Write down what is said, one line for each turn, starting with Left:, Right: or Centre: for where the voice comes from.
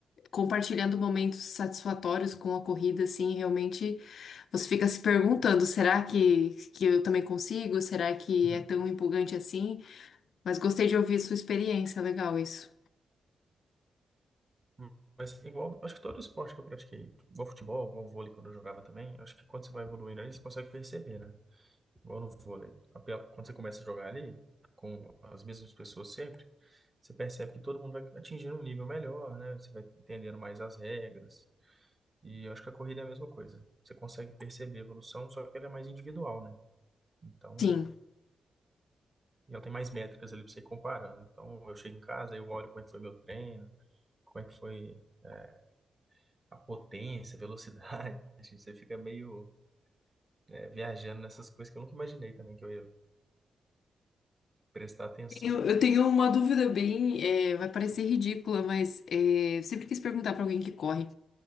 Left: compartilhando momentos satisfatórios com a corrida, assim, realmente você fica se perguntando, será que, que eu também consigo? Será que
Right: <laughs>
Left: é tão empolgante assim? Mas gostei de ouvir sua experiência, legal isso.
Right: Uhum. Mas igual, acho que todo esporte que eu pratiquei, igual futebol, igual vôlei quando eu jogava também, acho que quando você vai evoluindo ali, você consegue perceber, né? Igual no vôlei. a pe- Quando você começa a jogar ali, com as mesmas pessoas sempre, você percebe que todo mundo vai atingindo um nível melhor, né? Você vai entendendo mais as regras. E eu acho que a corrida é a mesma coisa. Você consegue perceber a evolução, só que ela é mais individual, né? Então,
Left: Sim.
Right: e ela tem mais métricas ali para você ir comparando. Então, eu chego em casa, eu olho como é que foi meu treino, como é que foi é, a potência, a velocidade. <laughs> Você fica meio é, viajando nessas coisas que eu nunca imaginei também que eu ia prestar atenção.
Left: Eu, eu tenho uma dúvida bem, é, vai parecer ridícula, mas é, eu sempre quis perguntar pra alguém que corre.